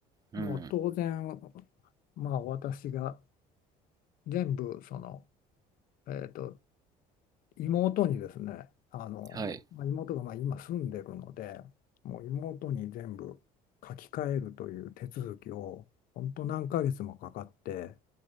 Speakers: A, on the right; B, on the left.
A: うん
B: もう当然、まあ、私が全部その、えーと、妹にですね、あの、
A: はい
B: まあ、妹がまあ今住んでるので、もう妹に全部書き換えるという手続きを、本当何ヶ月もかかって。